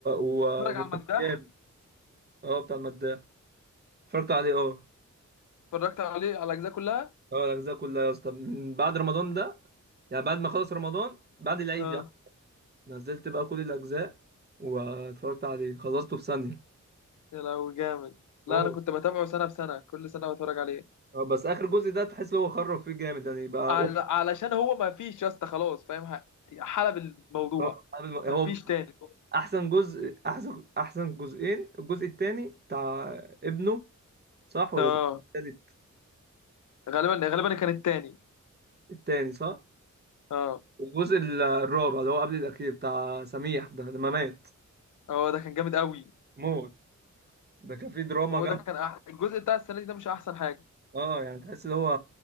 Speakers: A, on the right; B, on the left.
A: وممثل
B: اتفرج على المداح
A: جامد اه بتاع المداح اتفرجت عليه اه
B: اتفرجت عليه على الاجزاء كلها
A: اه الاجزاء كلها يا اسطى من بعد رمضان ده يعني بعد ما خلص رمضان بعد العيد
B: اه
A: يعني نزلت بقى كل الاجزاء واتفرجت عليه خلصته في ثانيه
B: يا لو جامد
A: موت
B: لا انا كنت بتابعه سنه بسنه كل سنه بتفرج عليه
A: اه بس اخر جزء ده تحس ان هو خرب فيه جامد يعني بقى
B: عل-
A: أوه.
B: علشان هو ما فيش يا اسطى خلاص فاهم ح- حلب الموضوع
A: اه عامل-
B: ما
A: هو
B: فيش تاني
A: احسن جزء احسن احسن جزئين الجزء الثاني بتاع ابنه صح ولا
B: اه
A: الجزء التالت
B: غالبا غالبا كان التاني
A: التاني صح
B: اه
A: والجزء ال- الرابع اللي هو قبل الاخير بتاع سميح ده لما مات
B: اه ده كان جامد قوي
A: موت ده كان فيه دراما
B: هو
A: جامده
B: ده كان أح... الجزء بتاع السنه دي ده مش احسن حاجه
A: اه يعني تحس اللي هو